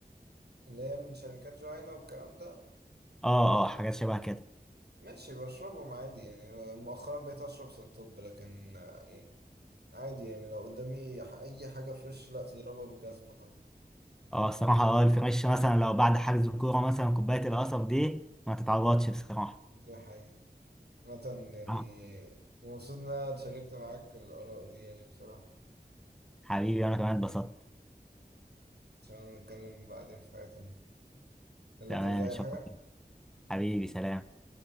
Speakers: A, on the right; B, in the centre.
A: اللي هي من شركات جوينا والكلام ده
B: اه اه حاجات شبه كده
A: ماشي بشربهم عادي يعني مؤخرا بقيت أشرب سنتوب لكن آه، يعني عادي يعني لو قدامي ح- أي حاجة فريش لا تضربها بالجزمة طبعا
B: اه الصراحة اه الفريش مثلا لو بعد حجز الكورة مثلا كوباية القصب دي ما تتعوضش بصراحة
A: دي حقيقة مثلا يعني
B: آه،
A: مبسوط إن أنا اتشاركت معاك الآراء دي يعني بصراحة
B: حبيبي أنا كمان اتبسطت
A: عشان نتكلم بعدين في حاجة تانية يلا
B: تمام
A: تعوز أي
B: إن شاء
A: حاجة؟
B: الله حبيبي سلام